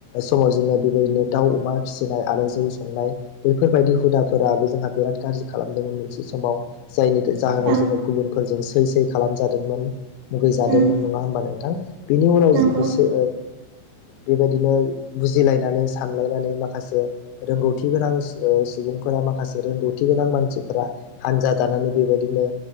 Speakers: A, on the left; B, on the right.
A: समाव जोङो बेबायदिनो दाउ अमा फिसिनाय आरो जौ संनाय बैफोरबायदि हुदाफोराबो जोंहा बिराद गाज्रि खालामदोंमोन मोनसे समाव जायनि जाहोनाव
B: औ
A: जोङो गुबुनफोरजों सै सै खालामजादोंमोन मुगै जादोंमोन
B: उम
A: नङा होमबा नोंथां बिनि उनाव
B: नंगौ
A: बिसोर बेबायदिनो बुजिलायनानै सानलायनानै माखासे रोंगौथि गोनां सुबुंफोरा माखासे रोंगौथि गोनां मानसिफोरा हानजा दानानै बेबायदिनो